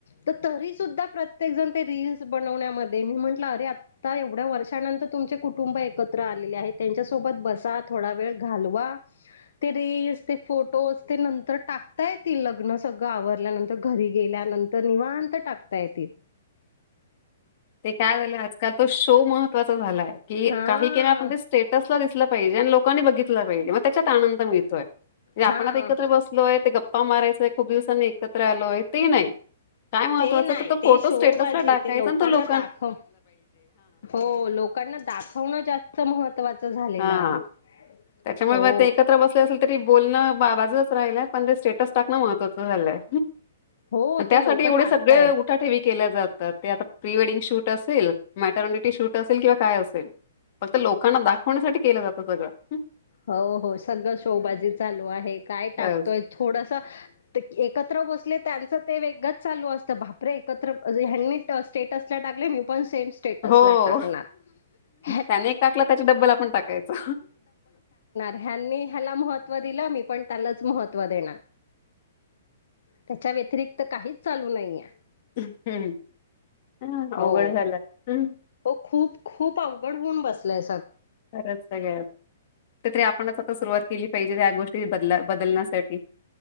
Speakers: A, on the left; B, on the left.
A: तर तरीसुद्धा प प्रत्येकजण ते रीलल्स बनवण्यामध्ये मी म्हटलं, अरे आत्ता एवढ्या वर्षानंतर तुमच्या- कुटुंब एकत्र आलेले आहेत, त्यांच्या सोबत बसा थोडा, वेळ घालवा, ते रीलस, ते फोटोज, ते नंतर टाक ताय ती लग्न सगळं आवरल्यानंतर. घरी गेल्यानंतर, निवांत टाकता येतय.
B: ते काय झालं आजकाल तो शो महत्वाचा झालाय की,
A: हा
B: काही के आपण ते स्टेटस दिसलं पाहिजे आणि लोकांनी बघितलं पाहिजे, मग त्याच्यात आनंद मिळतोय म्हणजे, आपण
A: हा
B: आता एकत्र बसलोय ते, गप्पा मारायचय खूप दिवसांनी एकत्र आलोय, ते नाही काय महत्वाचं
A: ते नाही
B: तर तो फोटो
A: ते शोबाजी
B: स्टेटसला टाकायचा
A: ते लोकांना
B: आणि तो लो
A: दाखव, हो लोकांना दाखवणं जास्त महत्वाच झालेलं
B: हां.
A: आहे.
B: त्याच्यामुळे
A: हो
B: मग ते एकत्र बसले असेल तरी- बोलणं बा बाजच राहिलय, पण ते स्टेटस टाकणं महत्त्वाचं झालंय.
A: हो
B: त्यासाठी
A: ते लोक
B: एवढे
A: टाकतायत
B: सगळे उठा ठेवी केल्या जातात, ते आता प्री वडिंग शूट असेल, मॅटर्निटी शूट असेल किंवा काय असेल फक्त लोकांना दाखवण्यासाठी केलं जातं, सगळं
A: हो, हो, सगळ शोबाजी चालू आहे, काय टाकतोय
B: बस.
A: थोडंसं एकत्र बसले त्यांच ते वेगळंच चालू असतं, भापरे एकत्र ह स्टेटसला टाकले मी पण स टाा
B: हो.
A: <unintelligible>
B: त्याने एक टाकला त्याची डब्बल आपण टाकायचं.
A: ह्यांनी ह्याला महत्व दिलं, मी पण त्यालाच महत्व दे त्याच्या व्यतिरिक्त काहीच चालू नाहीे.
B: हम्म ह अवघड
A: हो
B: झालं हम्.
A: हो खूप खूप अवघड होऊन बसलाय
B: खरंच सगळ्या तर तरी आपणच आता सुरुवात केली पाहिजे, त्या गोष्टी बद बदलण्यासाठी